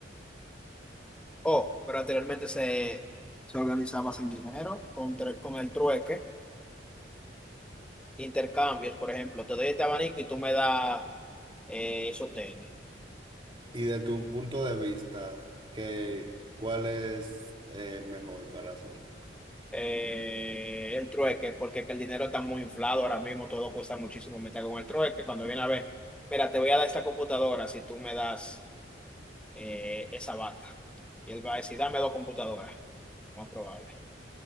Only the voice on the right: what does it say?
Y de tu punto de vista, ¿qué, cuál es eh, mejor para hacer?